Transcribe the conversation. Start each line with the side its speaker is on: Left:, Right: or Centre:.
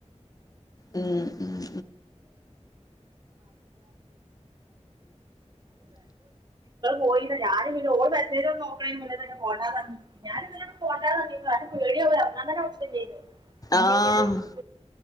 Left: ഉം ഉം
Right: പോയിന് ഞാന് പിന്നെ ഓന് മെസേജ് നോക്ക്ണെന്റെ മുന്നെതന്നെ പോണ്ടന്ന് പറഞ്ഞിനു ഞാനിന്നലെ പോണ്ടാന്ന് പറഞ്ഞിന് കാരണം പേടിയ ഞാൻ തന്നെ വിളിച്ചിട്ടില്ലായിനു പിന്നങ്ങനെ
Left: ആഹ്
Right: അറിഞ്ഞു